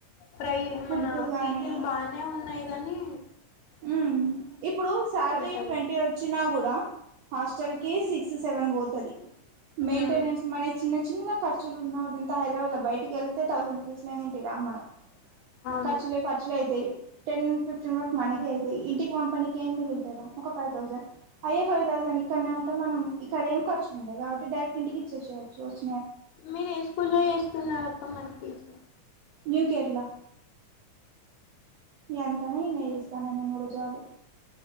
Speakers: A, on the left; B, on the right.
A: ప్రై
B: ఫుడ్
A: మన
B: గాని
A: ఫీజులు బానే ఉన్నయ్ కానీ
B: ఉ ఇప్పుడు శాలరీ
A: ఉంటలేవ్
B: ట్వంటీ వచ్చినా గూడ హాస్ కి సిక్స్ సెవెన్ పోతది మెయింటెనెన్స్
A: ఉమ్
B: చిన్న చిన్న ఖర్చులు ఉన్నాడుంత వాల్ బయటికి వెళ్తే థౌసండ్ రూపీస్ లోదింటికి రాం మనం
A: అవును
B: ఖర్చులే ఖర్చులే అయితయ్ టెన్ ఫిఫ్టీన్ వరకు అయితయ్ ఇంటికి పంపనీకి ఏం మిగులుతారు ఒక ఫైవ్ థౌసండ్ అయే ఫైవ్ థౌండ్ ఇక్కన్నే ఉంటే మనం ఇక్కడ ఏం ఖర్చుండదు కాట్టి డైరెక్ట్ ఇంటికి ఇచ్చేయవచ్చా వచ్చ
A: మీరు ఏ స్కూల్లో చేస్తున్నారు అక్కమన్ టీచర్
B: న్యూ కేరళ ఎంతన ఇన్న చేస్తాన నేను కూడా జాబు